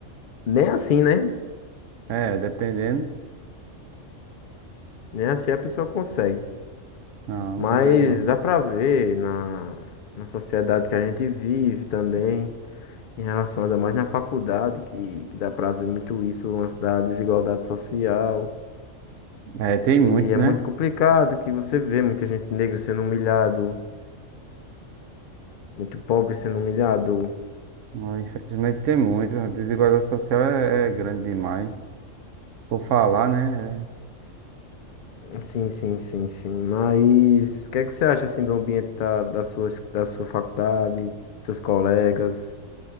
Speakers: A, on the left; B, on the right.
A: Nem assim, né?
B: É, dependendo.
A: Nem assim a pessoa consegue.
B: Não,
A: Mas
B: não consegue não.
A: dá pra ver na, na sociedade que a gente vive também, em relação ainda mais na faculdade, que, que dá pra ver muito isso, o lance da desigualdade social.
B: É, tem muito,
A: E é
B: né?
A: muito complicado que você vê muita gente negra sendo humilhado, muito pobre sendo humilhado.
B: Não, Infelizmente tem muito. A desigualdade social é, é grande demais. Por falar, né? é,
A: Sim, sim, sim, sim. Mas o que é que você acha assim do ambiente da, da sua, da sua faculdade, seus colegas?